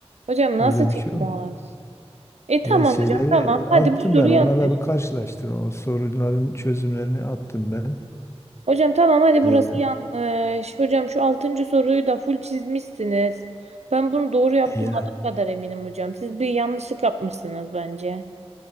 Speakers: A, on the right; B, on the left.
A: Hocam nasıl
B: Öyle
A: çıkmaz?
B: bir şey yok.
A: E tamam
B: Ya şeyleri
A: hocam tamam. Hadi
B: attım
A: bu soru
B: ben.
A: yanlış.
B: Onlarla bir karşılaştır. O sorunların çözümlerini attım ben.
A: Hocam tamam hadi burası
B: E,
A: yanlış. Hocam şu altıncı soruyu da full çizmişsiniz. Ben bunu doğru yaptım
B: Ya
A: adım kadar eminim hocam. Siz bir yanlışlık yapmışsınız bence.